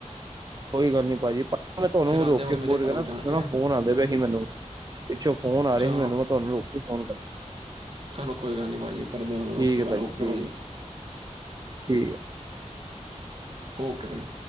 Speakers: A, on the right; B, on the right.
A: ਕੋਈ ਗੱਲ ਨੀ ਪਾਜੀ, ਮੈਂ ਤੁਹਾਨੂੰ
B: ਫਿਰ ਆਉਂਦੇ
A: ਰੋਕ
B: ਵਕਤ
A: ਕੇ
B: ਮੇਰੇ
A: ਫੋਰ
B: ਘਰ
A: ਕਰਾ,
B: ਰੁਕ ਜਾਣਾ
A: ਪਿੱਛੋਂ
B: ਠੀਕ
A: ਨਾ
B: ਹੈ
A: ਫੋਨ ਆਉਂਦੇ ਪਏ ਸੀ ਮੈਨੂੰ। ਪਿੱਛੋਂ ਫੋਨ ਆ ਰਹੇ
B: ਚਲੋ
A: ਹੀ ਮੈਨੂੰ, ਮੈਂ ਤੁਹਾਨੂੰ ਰੁਕ ਕੇ ਫੋਨ ਕਰ
B: ਚਲੋ ਕੋਈ ਗੱਲ ਨੀ ਭਾਜੀ, ਕਰਦੇ ਹੁਣੇ ਰੁਕ
A: ਠੀਕ
B: ਕੇ
A: ਹੈ
B: ਗੱਲ, ਓਕੇ
A: ਠੀਕ
B: ਭਾਜੀ।
A: ਹੈ ਠੀਕ ਐ।
B: ਓਕੇ ਬਾਈ।